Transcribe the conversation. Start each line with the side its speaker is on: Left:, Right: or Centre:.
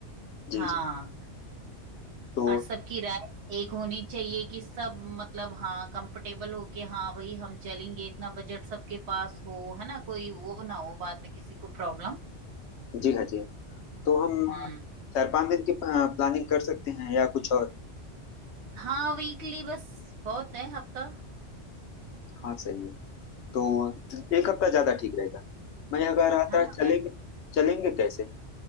Left: जी
Right: हाँ
Left: जी तो
Right: और सबकी राय एक होनी चाहिए कि सब मतलब हाँ कंफर्टेबल हो के हाँ भाई हम चलेंगे इतना बजट सबके पास हो है ना कोई वो ना हो बाद में किसी को प्रॉब्लम
Left: जी हाँ जी हाँ तो हम
Right: हम्म
Left: अ, चार पांच दिन की प्लानिंग कर सकते हैं या कुछ और
Right: हाँ वीकली बस बहुत है हफ्ता
Left: हाँ सही है तो अ, एक हफ्ता ज्यादा ठीक रहेगा मैं यह कह रहा
Right: है
Left: था
Right: ना
Left: चलेंगे चलेंगे कैसे